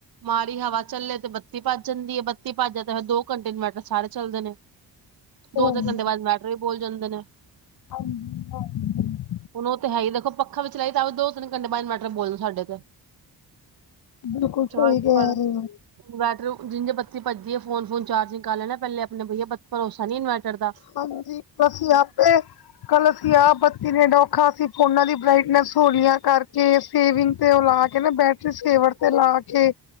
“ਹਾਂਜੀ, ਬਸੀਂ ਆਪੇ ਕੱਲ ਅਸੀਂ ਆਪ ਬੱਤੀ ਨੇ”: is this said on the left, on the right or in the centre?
Left